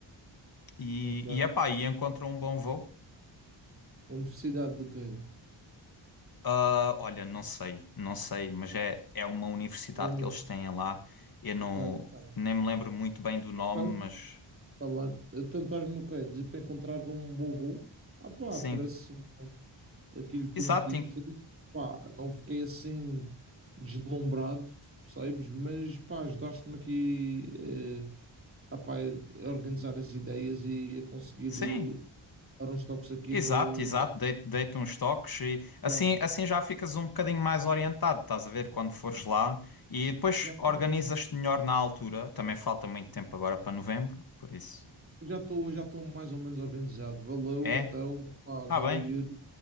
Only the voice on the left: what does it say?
E,
e epá, e encontra um bom voo.
Ah, olha, não sei, não sei, mas é, é uma universidade
que eles têm lá. Eu não,
nem me lembro muito bem do nome,
mas
sim,
exato,
tem-
sim,
exato,
exato. Dei, dei uns toques e assim,
assim já ficas um bocadinho mais orientado, estás a ver, quando fores lá e depois
organizas-te melhor na altura. Também falta muito tempo agora para novembro, por isso.
É,
tá
bem,